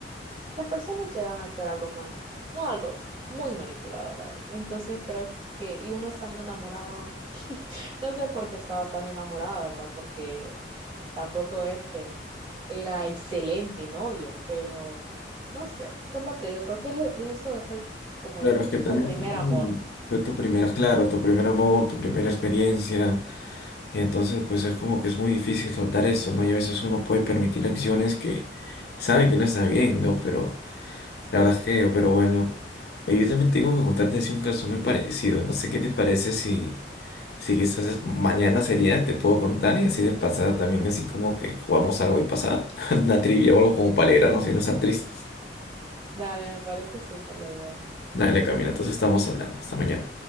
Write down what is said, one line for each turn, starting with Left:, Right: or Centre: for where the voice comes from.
Right: Las personas llegan a ser algo mal no algo, muy manipuladoras. Entonces creo que, y uno estando enamorado, <laughs> no sé por qué estaba tan enamorada, ¿verdad? Porque tampoco es que era excelente novio, pero no sé, ¿cómo te digo? Creo que es el- eso fue el- como
Left: Claro,
Right: el
Left: es que
Right: tipo
Left: también
Right: primer
Left: fue tu,
Right: amor.
Left: fue tu primera,
Right: Mm,
Left: claro, tu primer amor, tu primera experiencia, y entonces pues es como que es muy difícil soltar eso, ¿no? Y a veces uno puede permitir acciones que sabe que no está bien, ¿no? Pero La verdad es que, pero bueno. Oye, Yo también tengo que contarte así un caso muy parecido. No sé qué te parece si, si quizás es- mañana sería, te puedo contar y así de pasada también, así como que jugamos algo de pasada, <laughs> una trivia o algo como para alegrarnos y no estar tristes.
Right: dale, me parece súper la idea.
Left: Dale, Camila, entonces estamos hablando. Hasta mañana.